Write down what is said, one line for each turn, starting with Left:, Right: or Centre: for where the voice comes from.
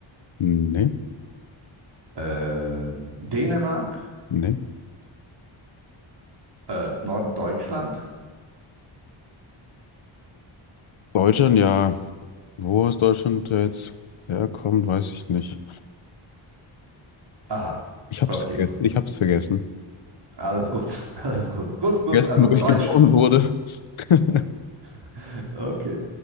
Left: nee,
Right: Äh, Dänemark?
Left: nee.
Right: Äh, Norddeutschland?
Left: Deutschland, ja. Wo aus Deutschland jetzt herkommt, weiß ich nicht.
Right: Aha,
Left: Ich hab's
Right: okay.
Left: vergessen. Ich hab's vergessen.
Right: Alles gut, <laughs> alles gut. Gut, gut,
Left: Vergessen,
Right: also
Left: wo
Right: Deutschland.
Left: ich geboren wurde. <laughs>
Right: <laughs> Okay,